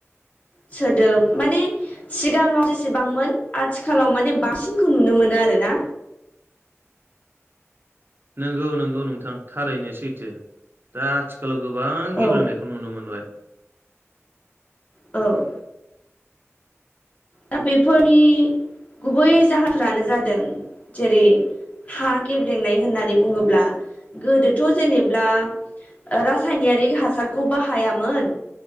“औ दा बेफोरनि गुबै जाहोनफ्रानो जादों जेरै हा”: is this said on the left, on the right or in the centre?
Left